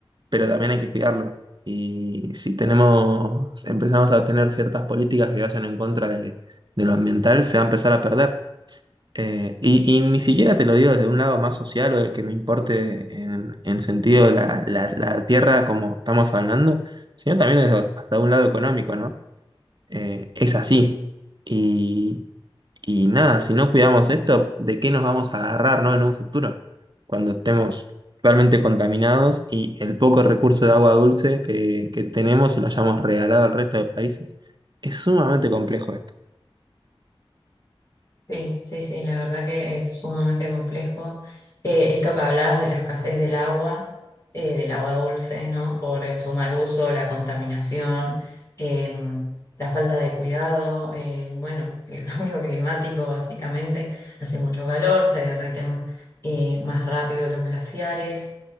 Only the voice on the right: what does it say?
pero también hay que cuidarlo. Y si tenemos, empezamos a tener ciertas políticas que vayan en contra de, de lo ambiental, se va a empezar a perder. Eh, y, y ni siquiera te lo digo desde un lado más social o de que me importe en, en sentido de la, la, la tierra como estamos hablando, sino también desde hasta un lado económico, ¿no? Eh, es así. Y, y nada, si no cuidamos esto, ¿de qué nos vamos a agarrar, ¿no? en un futuro? Cuando estemos realmente contaminados y el poco recurso de agua dulce que, que tenemos se lo hayamos regalado al resto de países. Es sumamente complejo esto.